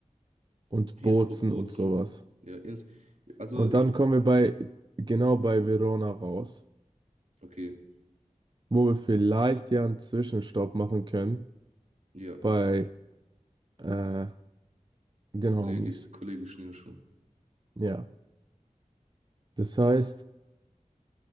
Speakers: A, on the right (about 35°); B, on the right (about 60°).
A: und
B: Innsbruck,
A: Bozen
B: Bozen,
A: und sowas.
B: ja, Inns also
A: Und
B: ich,
A: dann kommen wir bei, genau bei Verona raus,
B: okay,
A: wo wir vielleicht ja einen Zwischenstopp machen können
B: ja,
A: bei äh, den
B: Kollege,
A: Homies.
B: Kollege Schnürschuh.
A: Ja, das heißt,